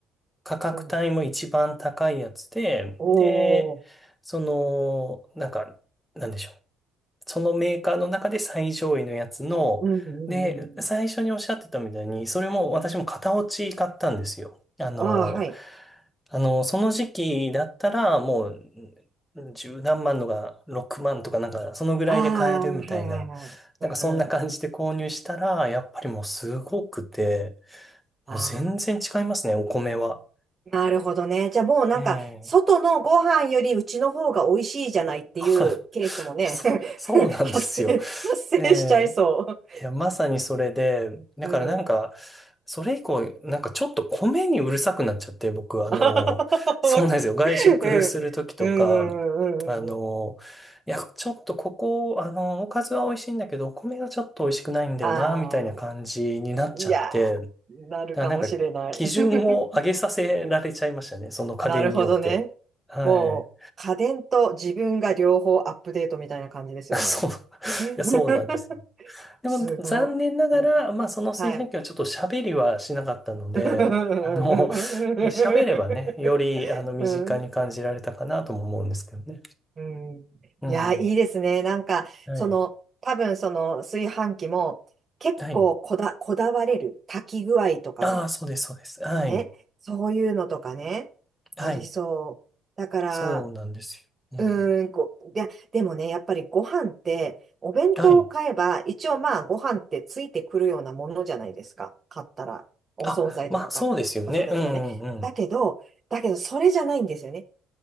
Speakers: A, in the centre; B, on the right.
A: 価格帯も一番高いやつで、
B: うん。お
A: で、
B: ー
A: その、なんか、なんでしょう。そのメーカーの中で最上位のやつの、
B: うんうんうんうん。
A: で、最初におっしゃってたみたいに、それも私も型落ち買ったんですよ。あの、
B: ああ、はい。
A: あの、その時期だったらもう、十何万のが6万とかなんか、そのぐらいで買えるみたいな、
B: ああ、はいはいはい。
A: なんかそんな感じで購入したら、
B: うんうん。
A: やっぱりもうすごくて、
B: ああ、
A: もう全然違いますね、お米は。
B: なるほどね。じゃあもうなんか、
A: ええ
B: 外のご飯よりうちの方が美味しいじゃないっていうケースもね、
A: <laughs> そそうなんですよ。
B: <laughs> 発生、発生しちゃいそ
A: ええいや、まさにそれで、だからなんか、
B: う。<laughs> うん。
A: それ以降、なんかちょっと米にうるさくなっちゃって、僕、
B: <laughs>
A: あの、
B: あはははわか
A: そうなんですよ。外食するときとか、
B: るうん。うんうんうんうんうん
A: あの、いや、ちょっとここ、あの、おかずは美味しいんだけど、お米がちょっと美味しくないんだよな、
B: あ
A: みたいな感じになっちゃって、
B: あ、いや
A: だか
B: ー、なるかもしれない。
A: らなんか、基準を上げさせられちゃいましたね。
B: <laughs> うん。
A: その家電によって。
B: なるほどね。
A: はい。
B: もう、家電と自分が両方アップデートみたいな感じですよね。
A: <laughs> そう。い
B: <laughs>
A: や、そうなんですよでも残念ながら、
B: すごい。うん
A: まあその炊飯器はちょっと喋りはしなかったので、
B: はい。<laughs>
A: あの、喋ればね、よりあの身近に感じられたかなとも思うんですけどね。
B: うんうん、
A: うん。
B: いや、いいですね。なんか、
A: はい。
B: その、多分その炊飯器も結構こだ、
A: はい。
B: こだわれる。炊き具合とかに。
A: ああ、そうです、そうです。はい。
B: ね。そういうのとかね。
A: はい。
B: ありそう。だから、
A: そうなんですよ。
B: うーん、
A: うん。
B: ご、で、でもね、やっぱりご飯って、お弁当を買えば、
A: はい。
B: 一応まあ、ご飯ってついてくるようなものじゃないですか。買ったら。お惣菜とかか、
A: あ、まあそうですよね。
B: お惣菜とかね。
A: うんうんうん。
B: だけど、だけど、それじゃないんですよね。